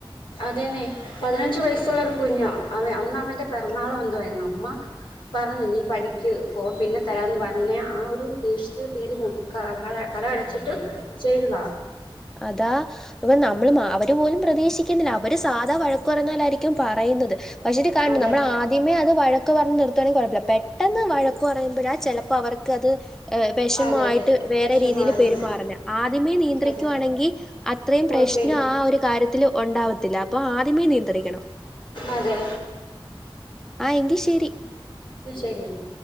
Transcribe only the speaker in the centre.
അതാ ഇവൻ നമ്മള്ളു മ അവര് പോലും പ്രതീക്ഷിക്കുന്നില്ല അവര് സാധാ വഴക്കു പറഞ്ഞാ പോലായിരിക്കും. ക്കും പറയുന്നത് പക്ഷെ ഇത് കാണണ്ട്
നമ്മൾ ആദ്യമേ അത് വഴക്ക് പറഞ്ഞു നിർത്തുവാണങ്കിൽ കുഴപ്പമില്ല പെട്ടന്ന പെട്ടെന്ന് വഴക്കു പറയുമ്പോഴാ ചിലപ്പോ അവർക്ക് അത് ഏ വെഷമയിട്ട്
വേറെ
രീതിയിൽ പെരുമാറല്ല ആദ്യമേ നിയന്ത്രിക്ക
ക്കുയാണെങ്കിൽ അത്രയും
പ്രശ്നം ആ ഒരു കാര്യത്തിൽ ഉണ്ടാവത്തില്ല അപ്പൊ ആദ്യമേ നിയന്ത്രിക്കണം.
ആ എങ്കി ശേരി